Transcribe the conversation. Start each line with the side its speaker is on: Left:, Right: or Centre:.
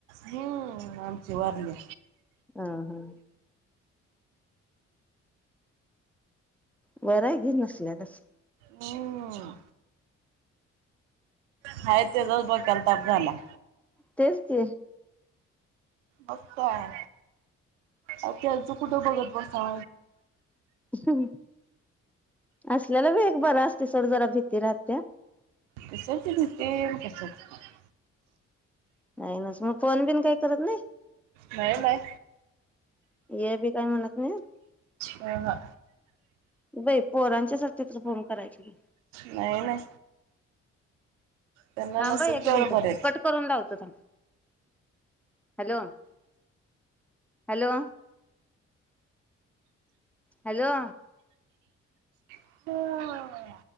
Right: हम् आमची वारले.
Centre: ह हा बरं आहे घे, नसल्यातच.
Right: हो हाय त्याजाच, डोक्याला ताप झालाय.
Centre: तेच की
Right: मग काय? अव त्यालच कुठ बघत बसा.
Centre: हम असल्याला वेग बरा असत ते सोड, जरा भीती राहत्या.
Right: कशाची भीती आणि कशाच काय.
Centre: नाही नाच मग फोन बिन काही करत नाही.
Right: नाही नाही
Centre: ये बी काय म्हणत नाही.
Right: ह ह
Centre: बाई पोरांच्या सा <inaudible> फोन करायची की.
Right: नाही नाही. त्यांना
Centre: थांब
Right: नसेल
Centre: बाई एक
Right: तेवढं
Centre: मिनिट,
Right: बरं
Centre: कट करून लावतो थांब. हॅलो हॅलो हॅलो
Right: आहेत